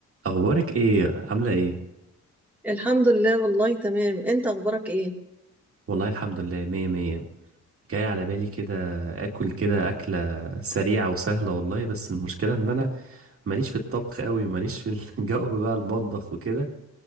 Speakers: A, on the right; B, in the centre.
A: اخبارك ايه عامله ايه
B: الحمد لله والله تمام انت اخبارك ايه
A: والله الحمد لله مية مية جاي على بالي كده اكل كده اكله سريعه وسهله والله بس المشكله ان انا ماليش في الطبخ قوي وماليش في <laughs> الجو بقى المطبخ وكده